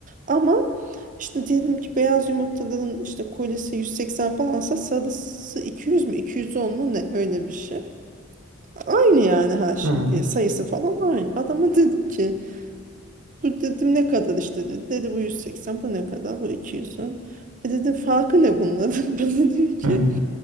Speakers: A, on the right; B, on the right.
A: ama işte diyelim ki beyaz yumurtaların işte kolisi 180 falansa sarısı 200 mü 210 mu ne öyle bir şey. Aynı yani her şey
B: Hı hı.
A: diye sayısı falan aynı. Adama dedim ki bu dedim ne kadar işte dedi. Dedi bu 180 bu ne kadar bu 210. E dedim farkı ne bunların? <laughs> Bana diyor ki
B: Hı hı.